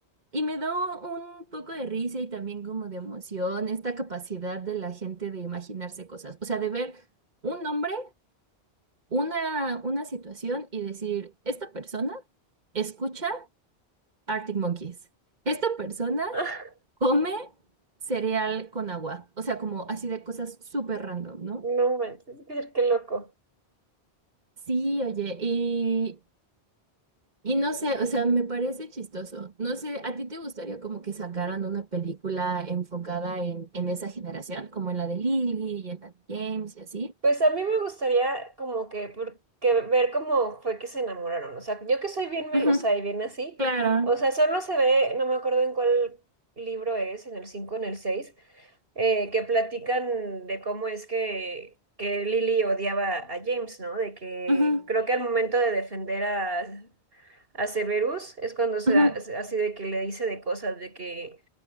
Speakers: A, on the right (about 45°); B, on the right (about 60°).
A: y me da un poco de risa y también como de emoción esta capacidad de la gente de imaginarse cosas. O sea, de ver un nombre, una, una situación y decir, esta persona escucha. Arctic Monkeys. Esta persona
B: Ah,
A: come cereal con agua, o sea, como así de cosas súper random, ¿no?
B: No manches, qué qué loco.
A: Sí, oye, y, y no sé, o sea, me parece chistoso. No sé, ¿a ti te gustaría como que sacaran una película enfocada en, en esa generación, como en la de Lily y en la de James y así?
B: Pues a mí me gustaría como que, por- que ver cómo fue que se enamoraron. O sea, yo que soy bien melosa
A: Ujú,
B: y bien así.
A: claro.
B: O sea, solo se ve, no me acuerdo en cuál libro es, en el 5, en el 6, eh, que platican de cómo es que, que Lily odiaba a James, ¿no? De que
A: Ujú,
B: creo que al momento de defender a, a Severus, es cuando se,
A: ujú,
B: ha- se- así de que le dice de cosas, de que,